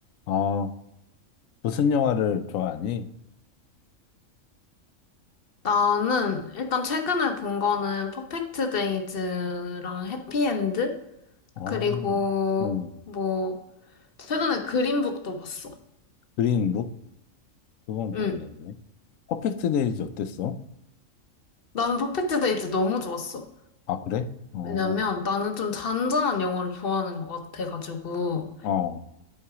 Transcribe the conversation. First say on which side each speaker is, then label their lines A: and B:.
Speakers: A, on the left (about 80°); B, on the left (about 50°).
A: 아, 무슨 영화를 좋아하니?
B: 나는 일단 최근에 본 거는 퍼펙트 데이즈랑 해피엔드
A: 어,
B: 그리고
A: 음,
B: 뭐 최근에 그린북도 봤어.
A: 그린북? 그건
B: 응.
A: 모르겠네. 퍼펙트 데이즈 어땠어?
B: 나는 퍼펙트 데이즈 너무 좋았어.
A: 아, 그래? 어,
B: 왜냐면 나는 좀 잔잔한 영화를 좋아하는 것 같아가지고
A: 어,